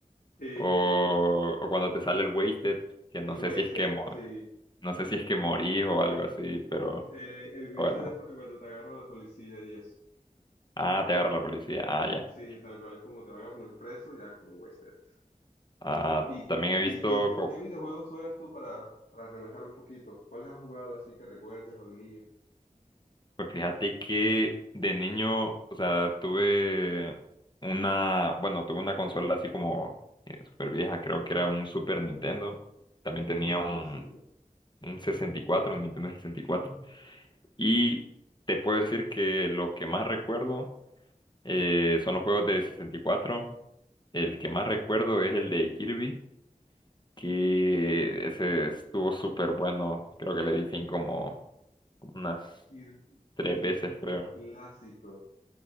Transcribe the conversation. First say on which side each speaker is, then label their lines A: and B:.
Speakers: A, on the left (about 85°); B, on the left (about 30°).
A: Sí,
B: o,
A: sí, sí.
B: o cuando te sale el Wasted, que no
A: El
B: sé
A: wasted,
B: si es que, mo-
A: sí.
B: no sé si es que morís o algo así, pero
A: Eh, el wasted
B: bueno.
A: es para cuando te agarra la policía y eso.
B: Ah, te agarra la policía. Ah, ya.
A: Sí, tal cual, es como te van a poner preso, ya como wasted.
B: Ah,
A: ¿Y,
B: también he
A: y
B: visto.
A: qué, qué, qué videojuegos juegas tú para, para relajar un poquito? ¿Cuáles has jugado así que recuerdes o de niño?
B: Pues fíjate que de niño, o sea, tuve una, bueno, tuve una consola así como super vieja, creo que era un Super Nintendo. También
A: Buenísimo.
B: tenía un, un sesenta y cuatro, un Nintendo sesenta Y cuatro. Y te puedo decir que lo que más recuerdo eh, son los juegos de sesenta y cuatro. El que más recuerdo es el de Kirby, que ese estuvo súper bueno. Creo que le di fin como unas
A: Kir-
B: tres
A: Kirby
B: veces,
A: es un
B: creo.
A: clásico,